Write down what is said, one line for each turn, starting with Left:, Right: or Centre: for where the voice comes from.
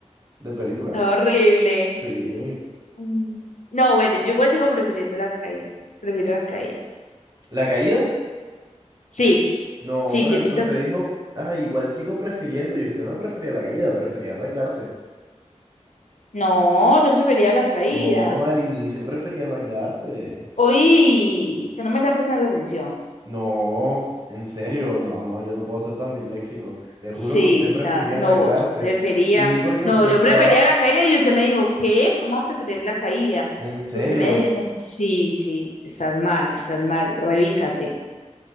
Right: de película.
Left: Está horrible.
Right: Sí.
Left: Mm. No, bueno, yo igual sigo prefiriendo la caída. Prefiero la caída.
Right: La caída
Left: Sí,
Right: No,
Left: sí,
Right: pero
Left: yo
Right: ent-
Left: siento
Right: usted dijo, ah, igual sigo prefiriendo y usted no prefería la caída, prefería rasgarse.
Left: No, yo prefería la caída.
Right: No, al inicio prefería rasgarse.
Left: Hoy, usted no me está prestando atención.
Right: No, en serio, no, no, yo no puedo ser tan disléxico. Le juro
Left: Sí,
Right: que usted
Left: sa-
Right: prefería
Left: no,
Right: rasgarse.
Left: yo prefería...
Right: Sí, porque
Left: No,
Right: usted
Left: yo
Right: estaba,
Left: prefería la caída y usted me dijo, ¿qué? ¿Cómo va a preferir la caída?
Right: en serio.
Left: Usted me... me- Sí, sí, estás mal, estás mal. Revísate.